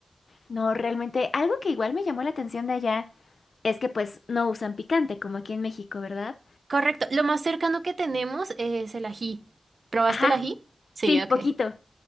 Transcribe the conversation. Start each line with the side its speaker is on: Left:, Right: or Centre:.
Left: no, realmente algo que igual me llamó la atención de allá es que pues no usan picante, como aquí en México, ¿verdad?
Right: Correcto. Lo más cercano que tenemos es el ají. ¿Probaste
Left: Ajá,
Right: el ají? Sí,
Left: sí,
Right: ok.
Left: poquito.